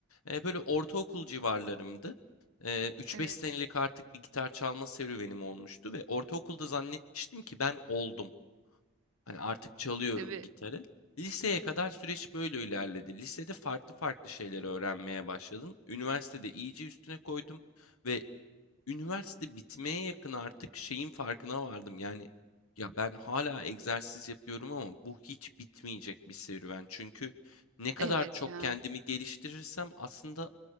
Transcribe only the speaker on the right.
Evet.
Değil mi?
Evet
ya.